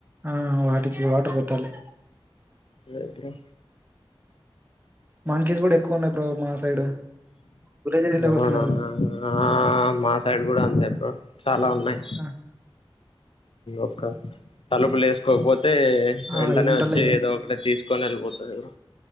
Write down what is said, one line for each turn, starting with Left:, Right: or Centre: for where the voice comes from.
Right: ఆ వాటికి వాటర్ పెట్టాలి
Left: లేదుర
Right: మంకీస్ కూడా ఎక్కువ ఉన్నాయి బ్రో మా సైడ్ విలేజెస్ లోకి
Left: అవునా
Right: వస్తున్నాయి
Left: ఆ.... మా సైడ్ కూడా అంతే. బ్రో చాలా ఉన్నాయి
Right: ఆ
Left: ఒక్క తలపులు వేసుకోకపో తే
Right: ఆ,
Left: వెంటనే
Right: ఇంటర్లో
Left: వచ్చి ఏదో ఒకటి తీసుకొని వెళ్ళిపోది అ